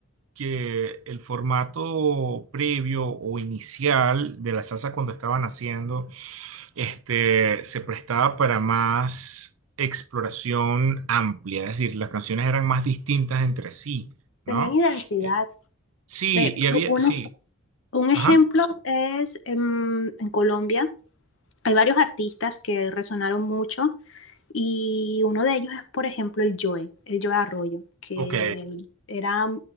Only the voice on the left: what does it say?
Tenían identidad.
Te-
un,
un ejemplo
es em, en Colombia. Hay varios artistas que resonaron mucho Y uno de ellos es, por ejemplo, el Joe, el Joe Arroyo, que
era,